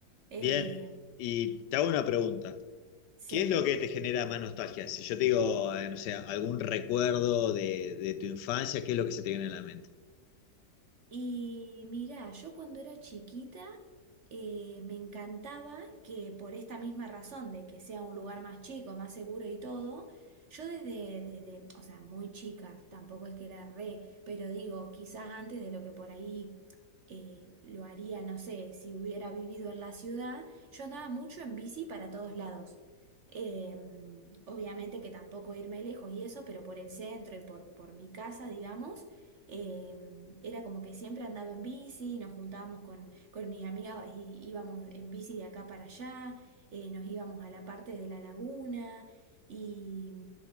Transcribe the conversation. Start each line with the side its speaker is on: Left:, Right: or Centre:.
Right: Eh,
Left: Bien, y te hago una pregunta.
Right: sí.
Left: ¿Qué es lo que te genera más nostalgia? Si yo te digo, eh, no sé, algún recuerdo de, de tu infancia, ¿qué es lo que se te viene a la mente?
Right: Y mirá, yo cuando era chiquita eh, me encantaba que por esta misma razón de que sea un lugar más chico, más seguro y todo, yo desde, desde, o sea, muy chica, tampoco es que era re, pero digo, quizás antes de lo que por ahí eh, lo haría, no sé, si hubiera vivido en la ciudad, yo andaba mucho en bici para todos lados. Eh, obviamente que tampoco irme lejos y eso, pero por el centro y por, por mi casa, digamos. Eh, era como que siempre andaba en bici, nos juntábamos con, con mis amigas y íbamos en bici de acá para allá, eh, nos íbamos a la parte de la laguna y,